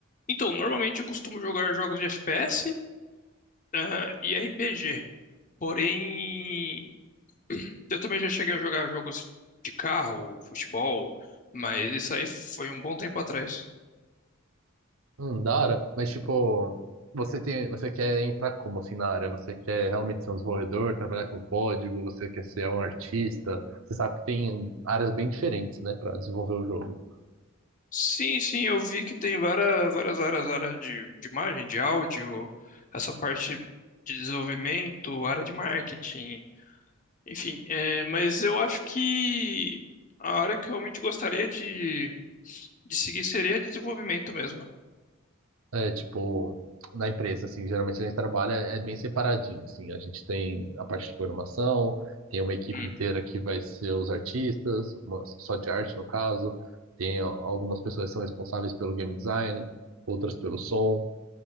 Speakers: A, on the left; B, on the right.
A: Então, normalmente eu costumo jogar jogos de FPS, ah, e RPG. Porém, eu também já cheguei a jogar jogos de carro, futebol, mas isso aí foi um bom tempo atrás.
B: Hum, da hora. Mas tipo, você tem, você quer entrar como assim na área? Você quer realmente ser um desenvolvedor, trabalhar com código? Você quer ser um artista? Você sabe que tem áreas bem diferentes, né, para desenvolver o jogo.
A: Sim, sim, eu vi que tem várias, várias áreas, área de, de imagem, de áudio, essa parte de desenvolvimento, área de marketing, enfim. é, mas eu acho que a área que eu realmente gostaria de, de seguir seria de desenvolvimento mesmo.
B: É, tipo, na empresa, assim, geralmente a gente trabalha é bem separadinho, assim, a gente tem a parte de programação, tem uma equipe
A: Hum.
B: inteira que vai ser os artistas, uma- só de arte no caso, tem a- algumas pessoas que são responsáveis pelo game design, outras pelo som,